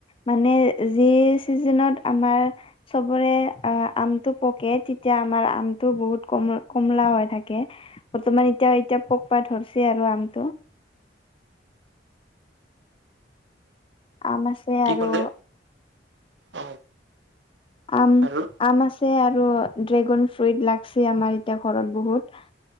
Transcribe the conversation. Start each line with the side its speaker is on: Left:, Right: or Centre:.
Left: মানে যি ছিজিনত আমাৰ চবৰে আমটো পকে তেতিয়া আমাৰ আমটো বহুত কম কমলা হৈ থাকে। বৰ্তমান এতিয়া -এতিয়া পকবা ধৰিছে আৰু আমটো। আম আছে
Right: কি
Left: আৰু
Right: ক'লে অ
Left: আম
Right: আৰু
Left: -আম আছে আৰু ড্ৰেগন ফ্ৰুইট লাগছে আমাৰ এতিয়া ঘৰত বহুত।